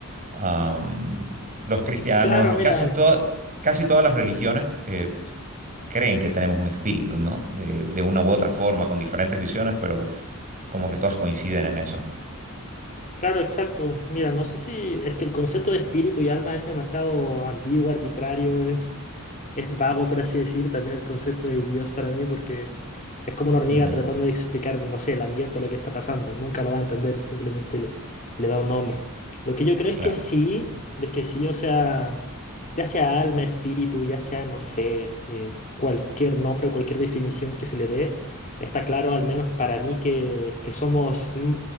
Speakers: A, on the right; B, on the left.
A: Am, los cristianos
B: Claro,
A: y
B: mira.
A: casi, to- casi todas las religiones eh, creen que tenemos un espíritu, ¿no? De, de una u otra forma, con diferentes visiones, pero como que todas coinciden en eso.
B: Claro, exacto. Mira, no sé si es que el concepto de espíritu y alma es demasiado ambiguo, arbitrario, es, es vago, por así decir. También el concepto de Dios para mí, porque es como una hormiga
A: Ujú,
B: tratando de explicar, no sé, el ambiente o lo que está pasando. Nunca lo va a entender, simplemente le, le da un nombre. Lo que yo creo
A: claro,
B: es que sí, de que sí, o sea, ya sea alma, espíritu, ya sea, no sé, eh, cualquier nombre, cualquier definición que se le dé, está claro, al menos para mí, que, que somos. mm,